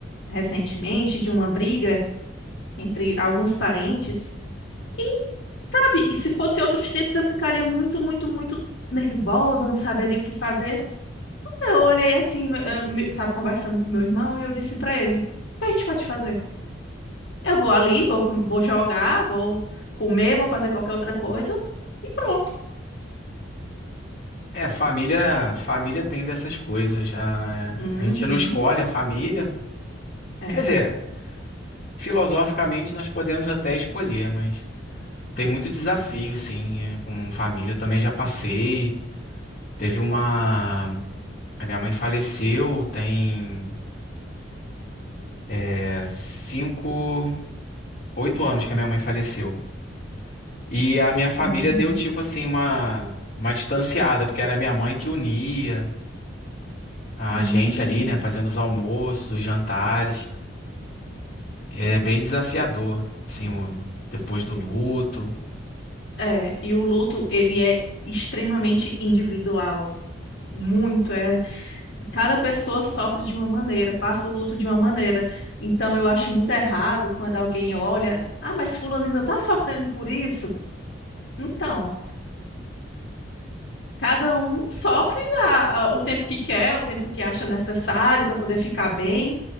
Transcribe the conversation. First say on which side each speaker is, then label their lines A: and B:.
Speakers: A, on the left; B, on the left.
A: recentemente de uma briga entre alguns parentes. E, sabe, e se fosse outros tempos eu ficaria muito, muito, muito nervosa, não saberia o que fazer. Eu olhei assim, me- eu me- tava conversando com meu irmão e eu disse pra ele: O que a gente pode fazer? Eu vou ali, vou, com- vou jogar, vou comer, vou fazer qualquer outra coisa e pronto.
B: É, família, família tem dessas coisas, a,
A: Uhum,
B: a gente não escolhe a família,
A: é.
B: quer dizer, filosoficamente nós podemos até escolher, mas tem muito desafio, assim, é, com família, eu também já passei, teve uma... A minha mãe faleceu, tem é, cinco, oito anos que a minha mãe faleceu. E a minha família
A: Uhum.
B: deu tipo assim uma uma distanciada, porque era minha mãe que unia a
A: Hum.
B: gente ali, né, fazendo os almoços, os jantares. É bem desafiador, assim, o- depois do luto.
A: É, e o luto, ele é extremamente individual. Muito, é. Cada pessoa sofre de uma maneira, passa o luto de uma maneira. Então, eu acho muito errado quando alguém olha, ah, mas fulano ainda tá sofrendo por isso? Então, cada um sofre a- a- o tempo que quer, o tempo que acha necessário para poder ficar bem.